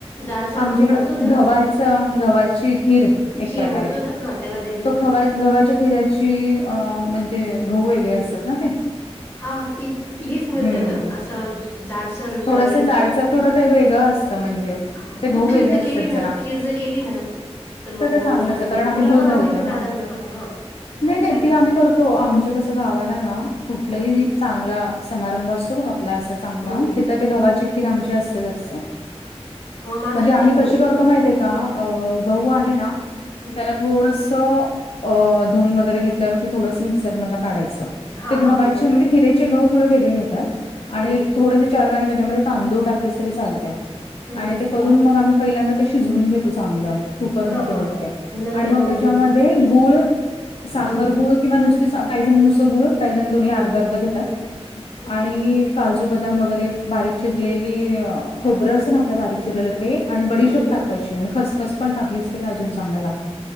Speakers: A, on the left; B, on the left.
A: जाडसर
B: आमच्याकड
A: गहू राहतो ना
B: धवयच व्हाची खीर एक
A: खीर
B: प्रकारे.
A: म्हणतो ना हां त्याला दलिया
B: तो
A: म्हणतात.
B: खवा
A: आपल्याकडे.
B: गव्हाच्या खिराची अ म्हणजे घह वेगळे असतात ना ते.
A: हा हा ती हीच मिळत
B: हम्म
A: ग
B: हम्म.
A: असं झाडसर
B: थोडस
A: दळलेलं.
B: जाडसर थोडं ते असतं म्हणजे.
A: हा
B: ते गहू
A: तू
B: वेगळे
A: खिर्द
B: असतात
A: केली
B: जरा.
A: ना खिर्ज केली ना तर मग
B: ते चांगलंच
A: मी सांगते
B: आहे कारण आम्ही
A: तुला
B: गुळ
A: पण
B: घालतो
A: आवडेल ना दादांना पण हा. खूप
B: नाही नाही
A: छान
B: ती
A: लागते
B: आम्ही
A: ते
B: करतो आमच्या कसं गावाला ना कुठलंही.
A: हम्म
B: चांगला समारंभ असतो बघ आपला असा चांगला
A: हम्म हम्म
B: तिथं ते गव्हाची खीर आमची असतेच असते
A: हम्म माझं
B: म्हणजे आम्ही
A: तेच
B: कशी
A: आहे
B: करतो माहिती आहे का
A: हम्म
B: गह आहे ना
A: हम्म
B: त्याला थोडसं अ धुून वगैरे घेतल्यावर की थोडस मिक्सर मध काढायचं
A: हा
B: ते गव्हा
A: हा
B: म्हणजेिरचे
A: बरोबर आहे
B: ग थो वेगळे मिळतात आणि
A: हम्म
B: थ चार जण त्याच्यामध्ये तांदूळ टाकलेस तरी चालतय.
A: हम्म हम्म
B: आणि ते
A: हम्म
B: करून मग आम्ही पहिल्यांदा ते शिजवून घेतो चांगलं कुकरमध्ये
A: हा हा
B: वगैरे
A: हा नंतर
B: आणि मग त्याच्यामध्ये
A: दूध
B: गुळ साखर
A: दूध
B: गुळ किंवा नुसती काही जण नुसं गूळ काही जण दोन्ही
A: हम्म
B: अर्ध अर्ध घेतात.
A: हम्म
B: आणि काजू बदाम वगैरे बारीक चिरलेली खोबरं असं ना आपल्या बारीक चिरलेलं ते आणि बडीशोप
A: हम्म
B: टाकायची आणि खसखस पण टाकलीच तरी अजून चांगला लागते.